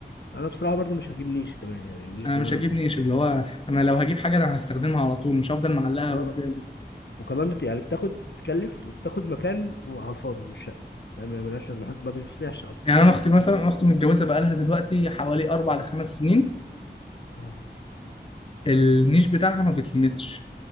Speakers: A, on the left (about 80°); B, on the left (about 30°).
A: انا بصراحه برضو مش هجيب نيش كمان يعني النيش
B: انا
A: ده
B: مش هجيب نيش اللي هو انا لو هجيب حاجه انا هستخدمها على طول مش هفضل معلقها
A: اه
B: قدام
A: وكمان بت... يعني بتاخد بتكلف وبتاخد مكان وعلى الفاضي من الشقه فاهم يعني ملهاش لازمه حد ما بيفتحش اصلا
B: يعني انا اختي مثلا انا اختي متجوزه بقالها دلوقتي حوالي اربع لخمس سنين
A: اه
B: النيش بتاعها ما بيتلمسش